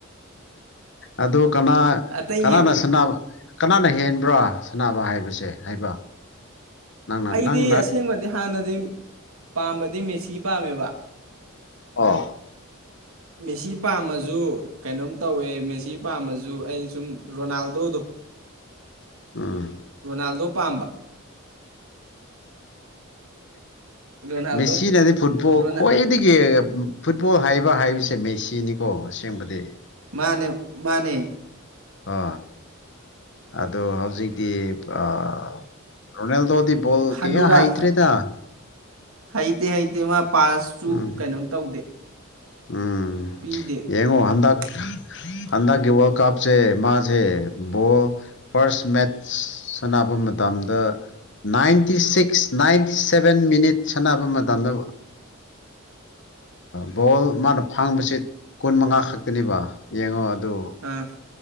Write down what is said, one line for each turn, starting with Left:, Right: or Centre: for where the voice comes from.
Left: ꯑꯗꯨ ꯀꯅꯥ
Right: ꯑꯇꯩ
Left: ꯀꯅꯥꯅ
Right: ꯌꯦꯡ
Left: ꯁꯤꯅꯥ ꯀꯅꯥꯅ ꯍꯦꯟꯕ꯭ꯔꯥ ꯁꯥꯟꯅꯕ ꯍꯥꯏꯕꯁꯦ ꯍꯥꯏꯕ ꯅꯪꯅ
Right: ꯑꯩꯗꯤ
Left: ꯅꯪ ꯅꯪ
Right: ꯑꯁꯦꯡꯕꯗꯤ ꯍꯥꯟꯅꯗꯤ ꯄꯥꯝꯕꯗꯤ ꯃꯦꯁꯤ ꯄꯥꯝꯃꯦꯕ
Left: ꯑꯥ
Right: ꯃꯦꯁꯤ ꯄꯥꯝꯃꯁꯨ ꯀꯩꯅꯣꯝ ꯇꯧꯋꯦ ꯃꯦꯁꯤ ꯄꯥꯝꯃꯁꯨ ꯑꯩꯅ ꯁꯨꯝ ꯔꯣꯅꯥꯜꯗꯣꯗꯣ
Left: ꯎꯝ
Right: ꯔꯣꯅꯥꯜꯗꯣ ꯄꯥꯝꯕ ꯔꯣꯅꯥꯜꯗꯣ
Left: ꯃꯦꯁꯤꯅꯗꯤ ꯐꯨꯠꯕꯣꯜ
Right: ꯔꯣꯅꯥ
Left: ꯈ꯭ꯋꯥꯏꯗꯒꯤ ꯐꯨꯠꯕꯣꯜ ꯍꯥꯏꯕ ꯍꯥꯏꯕꯁꯦ ꯃꯦꯁꯤꯅꯤꯀꯣ ꯑꯁꯦꯡꯕꯗꯤ
Right: ꯃꯥꯅꯦ ꯃꯥꯅꯦ
Left: ꯑ ꯑꯗꯣ ꯍꯧꯖꯤꯛꯇꯤꯣꯜ ꯗꯤꯕꯣꯜ
Right: ꯍꯅꯨꯔꯥ
Left: ꯀ ꯍꯥꯏꯇ꯭ꯔꯦꯗ
Right: ꯍꯩꯇꯦ ꯍꯩꯇꯦ ꯃꯥ ꯄꯥꯁꯁꯨ
Left: ꯎꯝ
Right: ꯀꯩꯅꯣꯝ ꯇꯧꯗꯦ
Left: ꯎꯝ
Right: ꯄꯤꯗꯦ
Left: ꯌꯦꯡꯉꯣ ꯍꯟꯗꯛ
Right: <unintelligible> <inaudible>
Left: ꯍꯟꯗꯛꯀꯤ ꯋꯥꯔꯜ ꯀꯞꯁꯦ ꯃꯥꯁꯦ ꯕꯣ ꯐꯥꯔꯁ ꯃꯦꯠꯆ ꯁꯅꯕ ꯇꯝꯗ ninety six ninety seven minute ꯁꯥꯟꯅꯕ ꯃꯇꯝꯗ ꯕꯣꯜ ꯃꯥꯅ ꯐꯥꯡꯕꯁꯤ ꯀꯨꯟ ꯃꯉꯥ ꯈꯛꯇꯅꯦꯕ ꯌꯦꯡꯉꯣ ꯗꯣ <inaudible>
Right: ꯑꯥ